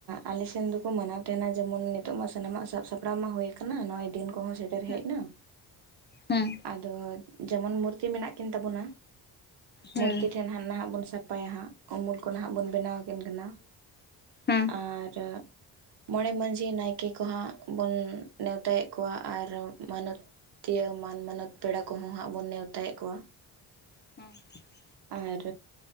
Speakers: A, on the right (about 70°); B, on the left (about 25°).
A: ᱟᱞᱮ ᱥᱮ ᱫᱚᱠᱚ ᱢᱟᱱᱟᱣ ᱛᱟᱦᱮᱸᱱᱟ ᱡᱮᱢᱚᱱ ᱱᱤᱛᱚᱜ ᱢᱟ ᱥᱟᱱᱟᱢ ᱟᱜ ᱥᱟᱵ ᱥᱟᱯᱲᱟᱣ ᱢᱟ ᱦᱳᱭ ᱠᱟᱱᱟ ᱱᱚᱜ-ᱚᱭ ᱫᱤᱱ ᱠᱚᱦᱚ ᱥᱮᱴᱮᱨ ᱦᱮᱡ
B: ᱦᱮᱸ
A: ᱱᱟ
B: ᱦᱮᱸ
A: ᱟᱨ ᱡᱮᱢᱚᱱ ᱢᱩᱨᱛᱤ ᱢᱮᱱᱟᱜ ᱠᱤᱱ ᱛᱟᱵᱚᱱᱟ
B: ᱦᱮᱸ
A: ᱢᱩᱨᱛᱤ ᱴᱷᱮᱱ ᱛᱷᱟᱱ ᱱᱟᱦᱟᱜ ᱵᱚᱱ ᱥᱟᱯᱷᱟᱭᱟ ᱦᱟᱸᱜ ᱩᱢᱩᱞ ᱠᱚ ᱱᱟᱦᱟᱜ ᱵᱚᱱ ᱵᱮᱱᱟᱣ ᱟᱹᱠᱤᱱ ᱠᱟᱱᱟ ᱾
B: ᱦᱮᱸ
A: ᱟᱨ ᱢᱚᱬᱮ ᱢᱟᱺᱡᱷᱤ ᱱᱟᱭᱠᱮ ᱠᱚᱦᱚᱸ ᱦᱟᱸᱜ ᱵᱚᱱ ᱱᱮᱣᱛᱟ ᱭᱮᱜ ᱠᱚᱣᱟ ᱟᱨ ᱢᱟᱱᱚᱛ ᱛᱤᱭᱟᱹ ᱢᱟᱱ ᱢᱟᱱᱚᱛ ᱯᱮᱲᱟ ᱠᱚᱦᱚᱸ ᱦᱟᱸᱜ ᱵᱚᱱ ᱱᱮᱣᱛᱟ ᱭᱮᱜ ᱠᱚᱣᱟ ᱾
B: <unintelligible>
A: ᱟᱨ